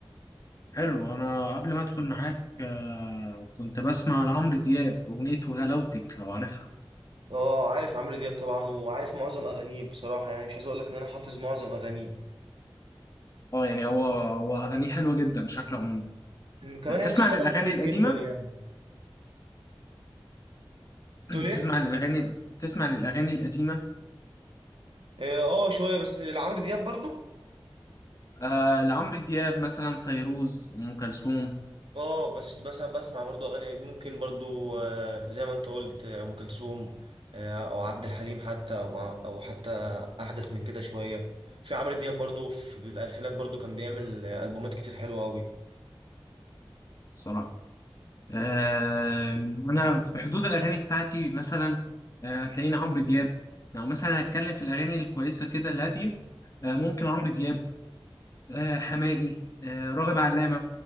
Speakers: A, on the left; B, on the right.
A: حلو انا قبل ما ادخل معاك آه كنت بسمع لعمرو دياب اغنيه وغلاوتك لو عارفها
B: اه عارف عمرو دياب طبعا وعارف معظم اغانيه بصراحه يعني مش عايز اقول لك ان انا حافظ معظم اغانيه
A: اه يعني هو هو اغانيه حلوه جدا بشكل عمومي
B: أمم، كمان
A: بتسمع
B: هي بتشتغل
A: للاغاني
B: كتير
A: القديمه
B: جدا يعني
A: <clears throat>
B: تقول
A: بتسمع
B: ايه
A: للاغاني بتسمع للاغاني القديمه
B: اه آه، شويه بس لعمرو دياب برضو
A: آه لعمرو دياب مثلا فيروز ام كلثوم
B: اه بس بس أنا بسمع برضو اغاني ممكن برضو آه، زي ما انت قلت آه، ام كلثوم آه، او عبد الحليم حتى او ع- او حتى احدث من كده شويه في عمرو دياب برضو في الالفينات برضو كان بيعمل آه، البومات كتير حلوه قوي
A: امم آه، انا في حدود الاغاني بتاعتي مثلا آه، هتلاقيني عمرو دياب لو مثلا هتكلم في الاغاني الكويسه كده الهاديه آه، ممكن عمرو دياب آه، حماقي آه، راغب علامه